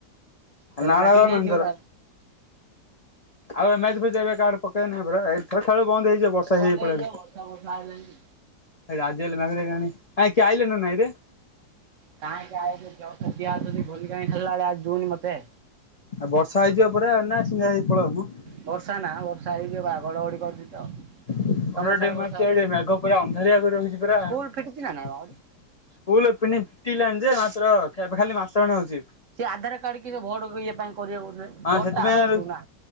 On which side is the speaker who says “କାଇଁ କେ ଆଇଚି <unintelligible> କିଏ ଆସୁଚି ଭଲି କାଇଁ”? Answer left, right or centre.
Right